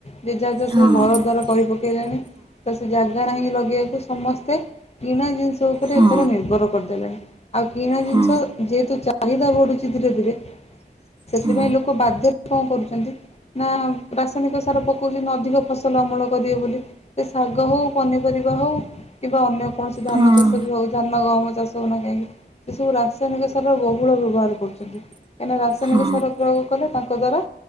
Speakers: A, on the left; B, on the right.
A: ଯେ ଯାହା ଯାହା
B: ହଁ
A: ସବୁ ଘର ଦ୍ୱାର କରି ପକେଇଲାଣି। ତ ସେ ଜାଗା ନାହିଁ ଲ ଯେ ଆକୁ ସମସ୍ତେ କିଣା ଜିନଷ ସେ ଉପରେ
B: ହଁ
A: ଏଥର ନିର୍ଭର କରିଦେଲେଣି। ଆଉ କିଣା ଜିନିଷ
B: ହଁ
A: ଯେହେତୁ ଚା ଚାହିଦା ବଢୁଛି ଧୀରେଧୀରେ। ସେଥିପାଇଁ
B: ହଁ
A: ଲୋକ ବାଧ୍ୟ କଣ କରୁଚନ୍ତି ନା ରାସାୟନିକ ସାର ପକଉଟନ୍ତି। ଅଧିକ ଫସଲ ଅମଳ କରିବେ ବୋଲି। ସେ ଶାଗ ହଉ ପନିପରିବା ହଉ କିମ୍ବା ଅନ୍ୟ କୌଣସି ଧାନ
B: ହଁ
A: ଚାଷ ବି ହଉ ଧାନ ଗହମ ଚାଷ ହୋଉ ନା କାହିଁକି ସେ ସବୁ ରାସାୟନିକ ସାର ବ ହୁଳ ବ୍ୟବହାର କରୁଚନ୍ତି। କାହିଁକି ରାସନିକ
B: ହଁ ହଁ
A: ସାର ପ୍ରୟୋଗ କଲେ ତା ତା ଦ୍ଵାରା